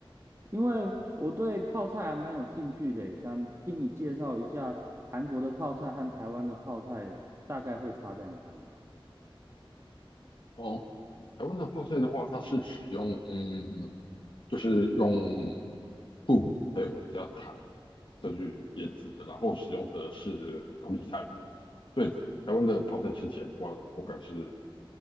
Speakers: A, on the right; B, on the left.
A: 因为我对泡菜还蛮有兴趣的，想听你介绍一下韩国的泡菜和台湾的泡菜大概会差在哪里。
B: 哦。台湾的泡菜的话，它是使用嗯，就是用布还有加糖再去腌制的，然后使用的是高丽菜，所以台湾的泡菜吃起来的话，口感是